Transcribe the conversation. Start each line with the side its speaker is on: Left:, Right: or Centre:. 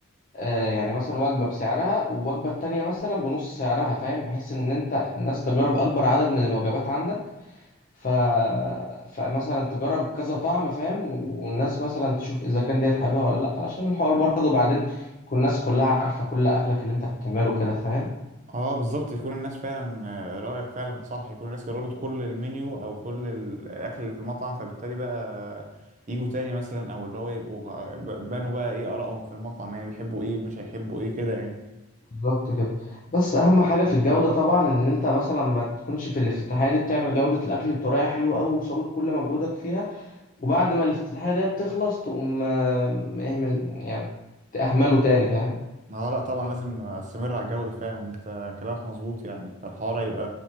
Left: آه، يعني مثلا وجبه بسعرها والوجبه التانية مثلا بنص سعرها فاهم بحيث ان انت الناس تجرب اكبر عدد من الوجبات عندك ف... فمثلا تجرب كذا طعم فاهم والناس مثلا تشوف اذا كان ديت حاببها ولا لا علشان الحوار برضه بعدين تكون الناس كلها عارفه كل اكلك اللي انت بتعمله كده فاهم
Right: اه بالظبط يكون الناس فعلا آه، رأيك فعلا صح يكون الناس جربت كل المنيو او كل ال- الاكل اللي في المطعم فبالتالي بقى يجوا تاني مثلا او اللي هو يبقوا غ- بانوا بقى ايه آرائهم في المطعم يعني بيحبوا ايه مش هيحبوا ايه كده يعني
Left: بالظبط كده بس اهم حاجه في الجوده طبعا ان انت مثلا ما تكونش في الافتتاحيه دي بتعمل جوده الاكل بطريقه حلوه قوي وصابب كل مجهودك فيها وبعد ما الافتتاحيه ديت تخلص تقوم آه، اهمل يعني تأهمله تاني فاهم
Right: اه لا طبعا لازم استمر على الجودة فعلا انت كلامك مظبوط يعني فالحوار هيبقى